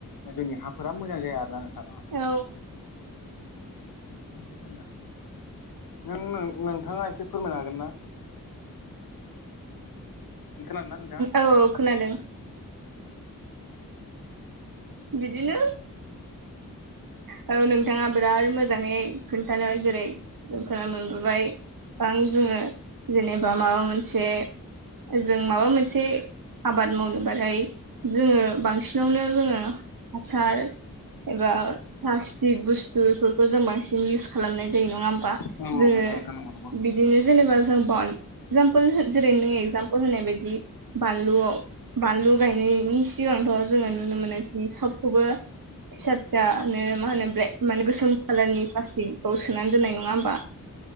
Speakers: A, on the left; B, on the right.
A: जोंनि हाफोरा मोजां जाया आरोना नोंथाङा
B: औ
A: फोरमायनो हागोन नों नोंथाङा एसे फोरमायनो हागोन ना? खोनादोंना नोंथाङा
B: औ औ खोनादों। बिदिनो औ नोंथाङा बिराद मोजाङै खोन्थानाय जेरैों खोनानो मोनबोबाय गोबां जोङो जेनेबा माबा मोनसे जों माबा मोनसे आबाद मावनो बाथाय जोङो बांसिनावनो जोङो हासार एबा। प्लास्टिक बुस्थु बेफोरखौ जों बांसिन इउस खालामनाय जायो नङा होमबा
A: औ औ
B: जोङो।
A: नंगौ नोंथां नंगौ नंगौ
B: बिदिनो जेनेबा जों <unintelligible> एगजामपोल जेरै नोङो एगजामपोल होनाय बायदि बानलुआव। बानलु गायनायनि सिगांथ' जोङो नुनो मोनोखि सबखौबो फिसा फिसा। बेदिनी मा होनो ब्लेक माने गोसोम कालारनि प्लास्टिकखौ सोनानै दोननाय नङा होमबा।